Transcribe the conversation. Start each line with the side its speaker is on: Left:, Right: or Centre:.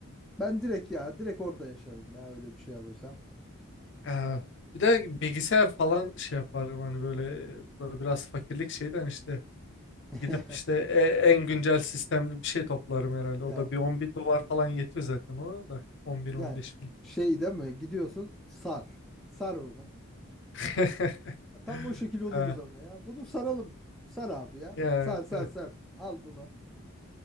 Centre: Ben direkt ya direkt orada yaşarım ya öyle bir şey alırsam.
Left: Ee, bir de bilgisayar falan şey yaparım hani böyle, böyle biraz fakirlik şeyden işte
Centre: <laughs>
Left: gidip işte e- en güncel sistemli bir şey toplarım herhalde.
Centre: Ya
Left: O da bir 10 bin dolar falan yetiyor zaten ona da on bin
Centre: yani
Left: on beş bin.
Centre: şey değil mi? Gidiyorsun sar. Sar bunu.
Left: <laughs>
Centre: Tam o şekil oluruz
Left: Ee,
Centre: ama ya. Bunu saralım. Sar abi ya.
Left: yani,
Centre: Sar sar
Left: de-
Centre: sar. Al bunu.